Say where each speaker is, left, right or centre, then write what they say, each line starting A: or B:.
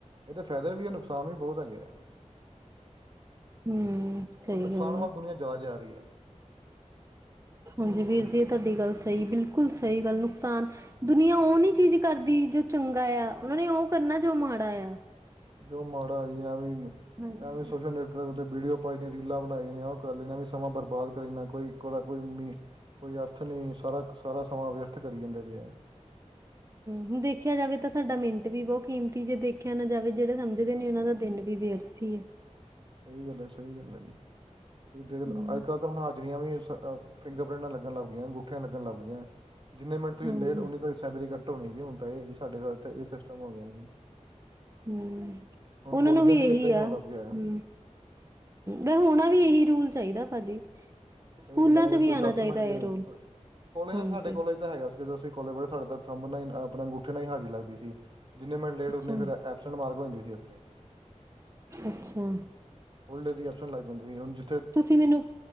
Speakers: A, on the right; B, on the right.
A: ਇਹਦੇ ਫਾਇਦੇ ਵੀ ਆ ਨੁਕਸਾਨ ਵੀ ਬਹੁਤ ਹੈਗੇ ਆ।
B: ਹੂੰ, ਸਹੀ
A: ਪਰ ਨੁਕਸਾਨ
B: ਗੱਲ ਹੈ।
A: ਵੱਲ ਦੁਨੀਆਂ ਜ਼ਿਆਦਾ ਜਾ ਰੀ ਐ।
B: ਹਾਂਜੀ ਵੀਰ ਜੀ ਤੁਹਾਡੀ ਗੱਲ ਸਹੀ ਬਿਲਕੁਲ ਸਹੀ ਗੱਲ ਨੁਕਸਾਨ ਦੁਨੀਆਂ ਉਹ ਨੀ ਚੀਜ਼ ਕਰਦੀ ਜੋ ਚੰਗਾ ਆ ਉਹਨਾ ਨੇ ਉਹ ਕਰਨਾ ਜੋ ਮਾੜਾ ਆ।
A: ਜੋ ਮੜਾ ਜੀ ਏਵੇ
B: ਹਾਂਜੀ।
A: ਆ ਦੇ ਵੀਡੀਓ ਪਾਈ ਜਾਣੀ ਰੀਲਾਂ ਬਣਾਈਆਂ ਉਹ ਕਰ ਲੈ ਵੀ ਸਮਾਂ ਬਰਬਾਦ ਕਰੀਨਾ ਕੋਈ ਕੋ ਕੋਈ ਕੋਈ ਅਰਥ ਨੀ ਸਾਰਾ ਸਾਰਾ ਸਮਾਂ ਵਿਅਰਥ ਕਰੀ ਜਾਂਦੇ ਪਏ ਨੇ।
B: ਹੂੰ ਦੇਖਿਆ ਜਾਵੇ ਤਾਂ ਸਾਡਾ ਮਿੰਟ ਵੀ ਬਹੁਤ ਕੀਮਤੀ ਜੇ ਦੇਖਿਆ ਨਾ ਜਾਵੇ ਜਿਹੜੇ ਸਮਝਦੇ ਨੇ ਉਹਨਾਂ ਦਾ ਤਿੰਨ ਵੀ ਵਿਅਰਥ ਹੀ ਆ।
A: ਸਹੀ ਗੱਲ ਹੈ, ਸਹੀ ਗੱਲ ਹੈ ਜੀ ਤੁ ਦੇਖ
B: ਹੂੰ।
A: ਅੱਜ ਕੱਲ੍ਹ ਤਾਂ ਹੁਣ ਹਾਜਰੀਆਂ ਵੀ ਫਿੰਗਰਿੰਪਟਾਂ ਲੱਗਣ ਲੱਗ ਗਈਆਂ ਗੂਠੀਆਂ ਲੱਗ ਲੱਗ ਪਈਆਂ, ਜਿੰਨੇ ਮਿੰਟ ਤੁਸੀਂ
B: ਹੂੰ,
A: ਲੇਟ ਉਨੀ ਤੁਹਾਡੀ ਸੈਲਰੀ ਕਟ ਕੱਟ ਹੋਣੀ ਜੀ ਹੁਣ ਤਾਂ ਇਹ ਸਾਡੇ ਇਹ ਸਿਸਟਮ ਹੋ ਗਿਆ ਜੀ।
B: ਹਮ,
A: ਹੁਣ
B: ਉਹਨਾਂ
A: ਕਾਲਜਾਂ
B: ਨੂੰ ਵੀ
A: 'ਚ
B: ਇਹੀ
A: ਇੱਦਾਂ ਹੀ ਹੋਣ
B: ਆ ਹਮ
A: ਲੱਗ ਗਿਆ
B: ਹਮ ਹੋਣਾ ਵੀ ਇਹੀ ਰੂਲ ਚਾਹੀਦਾ ਭਾਜੀ। ਸਕੂਲਾਂ
A: ਸਹੀ ਗੱਲਾਂ ਨੇ
B: ਚ ਵੀ
A: ਕੋਈ
B: ਆਣਾ
A: ਦਸ
B: ਚਾਹੀਦਾ
A: ਮਿੰਟ
B: ਇਹ
A: ਲੇਟ
B: ਰੂਲ
A: ਕੋਲਜਾਂ
B: ਹਾਂਜੀ,
A: ਚ ਸਾਡੇ ਕੋਲ ਤਾਂ ਹੈਗਾ ਸੀਂ ਕੋਲੇਜ ਸਾਡੇ ਥਭ ਆਪ ਅਗੂਠ ਨਾਲ ਹਾਜ਼ਰੀ ਲਗਦੀ ਸੀ, ਜਿੰਨੇ ਮਿੰਟ ਲੇਟ
B: ਅੱਛਾ,
A: ਉਨੇ ਫਿਰ ਐਪ ਮਾਰਕ ਹੁੰਦੀ ਸੀ ਉੱਥੇ।
B: ਅੱਛਾ।
A: ਫੁਲ ਡੇ ਦੀ ਐਪਸੇਂਟ ਲੱਗ ਜਾਂਦੀ ਸੀ, ਹੁਣ ਜੀ
B: ਤੁਸੀਂ ਮੈਨੂੰ,